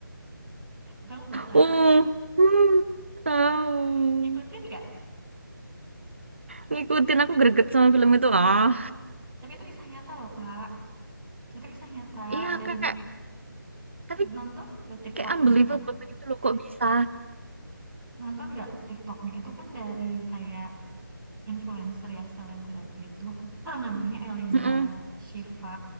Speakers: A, in the centre; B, on the right (about 35°).
A: Tahu nggak Kak?
B: oh hmm, tahu
A: Ngikutin nggak?
B: ngikutin aku greget sama film itu ah
A: Tapi itu kisah nyata loh Kak. Itu kisah nyata
B: iya
A: dan
B: kayak tapi
A: nonton nggak TikToknya
B: kayak unbelievable gitu loh kok bisa
A: Nonton nggak TikToknya itu kan dari kayak influencer ya selebgram gitu. Ah, namanya Eliza
B: Mm-mm.
A: Shiva.